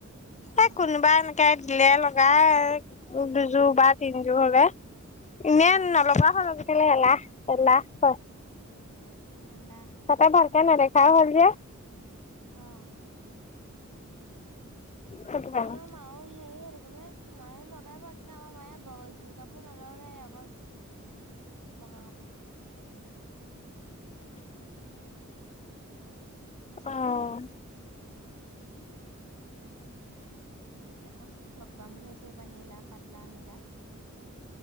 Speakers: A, on the right (about 85°); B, on the left (about 25°).
A: অ
B: এই কোনোবা
A: অ
B: এনেকাই দিলে লগ গাই দুযোৰ বা তিনযোৰ হলে। এনেই
A: অ',
B: নলগা হ'ল আজিকালি এলাহ এলাহ হয়।
A: এ এলাহ।
B: তাতে ভালকে নেদেখাই হ'ল যে।
A: অহ
B: সেইটো কাৰণে
A: আমাৰ মাও সেই এইটো কি বোলে মায়েও লগাবই কিন্তু আমাৰ মায়ে ব জোৰ কাপোৰ নলগাই অকল বগা কাপোৰ।
B: অ'।
A: <unintelligible> লগাম বোলি ভাবিছোঁ নীলা পাতা নীলা।